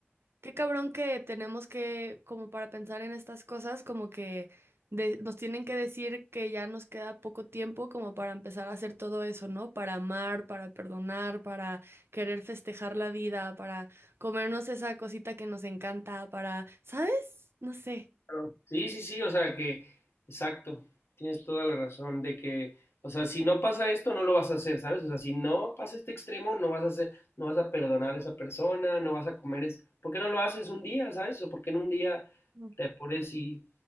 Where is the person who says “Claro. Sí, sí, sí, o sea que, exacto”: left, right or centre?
Left